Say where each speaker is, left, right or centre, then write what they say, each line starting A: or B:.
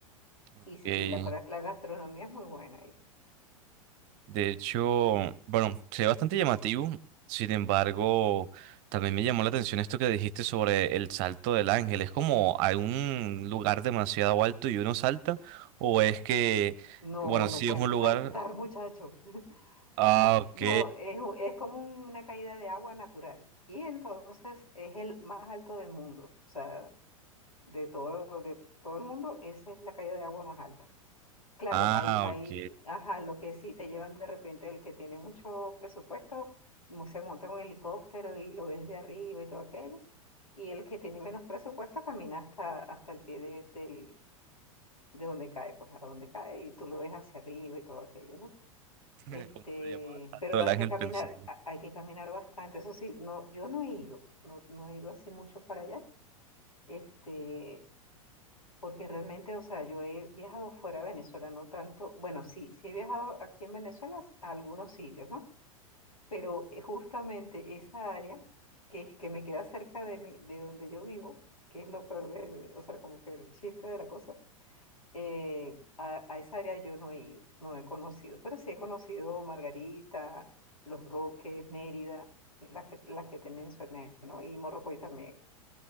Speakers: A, on the right (about 40°); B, on the left (about 80°).
A: Ok,
B: Y, s- y la, cora- la gastronomía es muy buena ahí.
A: de hecho, bueno, se ve bastante llamativo, sin embargo, también me llamó la atención esto que dijiste sobre el salto del ángel. ¿Es como a un lugar demasiado alto y uno salta? ¿O es que,
B: No,
A: bueno, No,
B: no
A: si
B: puedes
A: es un lugar...
B: saltar, <laughs> muchacho.
A: Ah,
B: Ajá.
A: ok,
B: No, es, u- es como una caída de agua natural. Y entonces es el más alto del mundo. O sea, de todo, de todo el mundo, esa es la caída de agua más alta. Claro,
A: ah,
B: hay, hay,
A: ok.
B: ajá, lo que sí te llevan de repente el que tiene mucho presupuesto, mo- se monta en un helicóptero y lo ves de arriba y todo aquello. Y el que tiene menos presupuesto camina hasta, hasta el pie de, del, de donde cae, pues a donde cae y tú lo ves hacia arriba y todo aquello, ¿no?
A: <laughs>
B: Este,
A: ¿Cómo se llamaba el salto
B: pero
A: del
B: hay
A: ángel?
B: que caminar,
A: Pensé.
B: ha- hay que caminar bastante. Eso sí, no, yo no he ido, no, no he ido así mucho para allá. Este, porque realmente, o sea, yo he viajado fuera de Venezuela, no tanto. Bueno, sí, sí he viajado aquí en Venezuela a algunos sitios, ¿no? Pero eh, justamente esa área que es que me queda cerca de mi- de donde yo vivo, que es lo peor de, o sea, como que el chiste de la cosa eh, a, a esa área yo no he ido, no he conocido, pero sí he conocido Margarita, Los Roques, Mérida, eh, las que, las que te mencioné, ¿no? Y Morrocoy también.